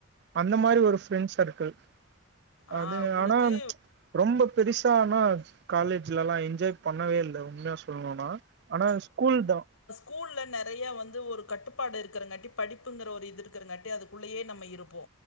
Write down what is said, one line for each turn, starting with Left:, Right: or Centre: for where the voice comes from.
Right: அந்த மாரி ஒரு ஃபிரெண்ட்ஸ் சர்க்கிள்
Left: ஆ
Right: அது
Left: உங்களுக்கு
Right: ஆனா ரொம்பப் பெருசா ஆனா காலேஜ்லா எல்லா என்ஜாய் பண்ணவே இல்ல உண்மயா சொல்ணுனா ஆனா ஸ்கூல்தா
Left: கூல்ல நெறையா வந்து ஒரு கட்டுப்பாடு இருக்கிறங்காட்டி படிப்புங்கிற ஒரு இது இருக்கிறங்காட்டி அதுக்குள்ளியே நம்ம இருப்போ